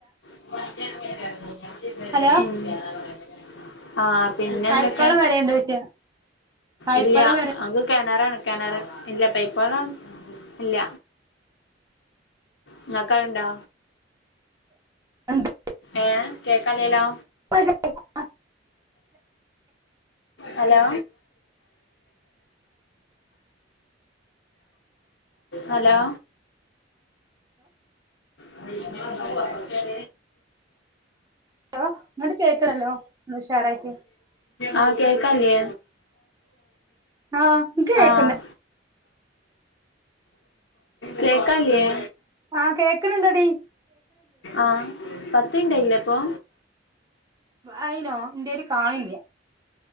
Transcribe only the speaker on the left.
<inaudible> മം
ആഹ് പിന്നെ
എന്തൊക്കെ
ഇല്ല്യ
അങ്ങക്ക് കേണറാണ് കേണർഇല്ല പൈപള്ളം ഇല്ല നിങ്ങത്ണ്ടാ
ഏഹ് കേക്കാലെലോ
ഹലോ.. ഹലോ.. <unintelligible> <inaudible>
ആഹ് കേക്കല്ലേ
ആഹ് കേക്കാ ല്ല്യെ
ആഹ് പത്ത് മിനിറ്റ്യില്ലേ ഇപ്പൊ